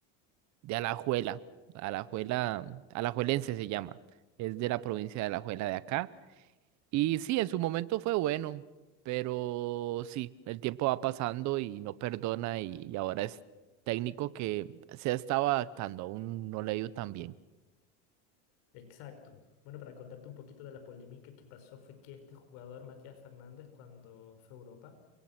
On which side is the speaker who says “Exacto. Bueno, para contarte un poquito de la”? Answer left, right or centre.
Left